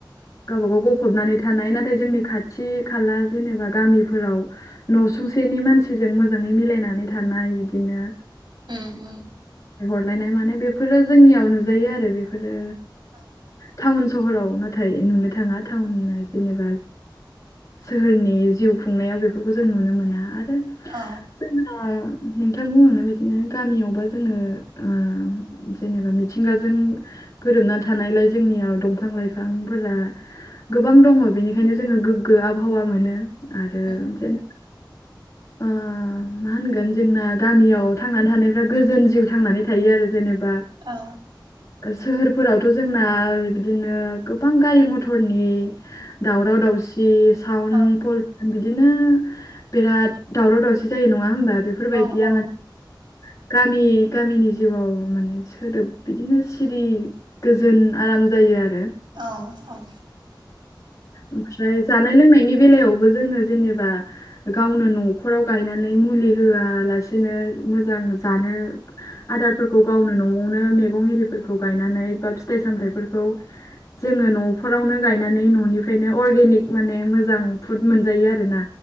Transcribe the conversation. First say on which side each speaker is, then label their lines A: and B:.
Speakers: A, on the left (about 40°); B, on the right (about 70°).
A: गावब गाव फबनानै थानाय नाथाय जोंनि खाथि खाला जेनेबा गामिफोराव न'सुंसेनि मानसिजों मोजाङै मिलायनानै थानाय बिदिनो
B: उम उम
A: हरलायनाय माने बेफोरो जोंनियाव नुजायो आरो बेफोरो
B: अ
A: टाउन सहराव नाथाय नुनो थाङा टाउन जेनेबा सोहोरनि जिउ खुंनायाव बेफोरखौ जों नुनो मोना आरो
B: औ
A: जोङो नोंथां बुंनांनाय बदिनो गामियावबा जोङो आ जेनेबा मिथिंगाजों गोरोबना थानायलाय जोंनियाव दंफां लाइफांफोरा गोबां दङ बेनिखायनो जोङो गोग्गो आबहावा मोनो आरो
B: उम
A: जेन ओ मा होनगोन जोंना गामियाव थांनानै थानायफ्रा गोजोन जिउ थांनानै थायो आरो जेनेबा
B: औ
A: सोहोरफोरावथ' जोंना बिदिनो गोबां गारि मथरनि दावराव दावसि सावन
B: औ
A: प बिदिनो बिराद दावराव दावसि जायो नङा होमबा बे बेफोरबायदिया
B: औ नंगौ
A: माने गामि गामिनि जिउआव माने सोदोब बिदिनो सिरि गोजोन आराम जायो आरो।
B: औ औ।
A: ओमफ्राय जानाय लोंनायनि बेलायावबो जोङो जेनेबा गावनो न'फोराव गायनानै मुलि होआलासेनो मोजां जानो आदारफोरखौ गावनो न'आवनो मैगं एरिफोरखौ गायनानै बा फिथाइ सामथाइफोरखौ जोङो न'फोरावनो गायनानै न'निफ्रायनो अरगेनिक माने मोजां फुद मोनजायो आरोना।